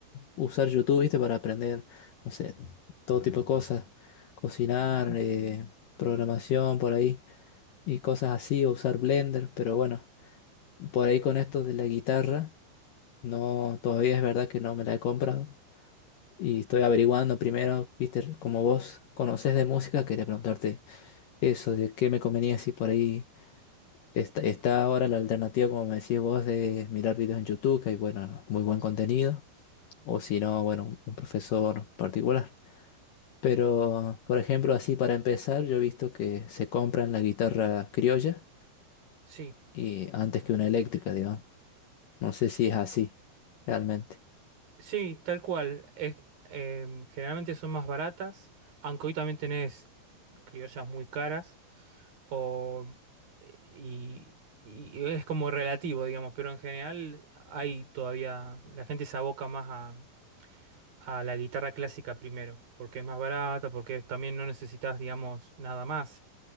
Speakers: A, on the left (about 65°); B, on the right (about 55°).
A: usar YouTube, ¿viste? Para aprender, no sé, todo tipo de cosas. Cocinar,
B: Ujú.
A: eh, programación, por ahí. y cosas así, o usar Blender, pero bueno, por ahí con esto de la guitarra, no, todavía es verdad que no me la he comprado. Y estoy averiguando primero, viste, como vos conocés de música, quería preguntarte eso, de qué me convenía si por ahí está, está ahora la alternativa, como me decís vos, de mirar videos en YouTube, que hay, bueno, muy buen contenido, o si no, bueno, un un profesor particular. Pero, por ejemplo, así para empezar, yo he visto que se compran la guitarra criolla
B: Sí.
A: y antes que una eléctrica, digamos. No sé si es así, realmente.
B: Eh, sí, tal cual. Es- em, generalmente son más baratas, aunque hoy también tenés criollas muy caras, o, y, y es como relativo, digamos, pero en general hay todavía, la gente se aboca más a, a la guitarra clásica primero, porque es más barata, porque también no necesitas, digamos, nada más.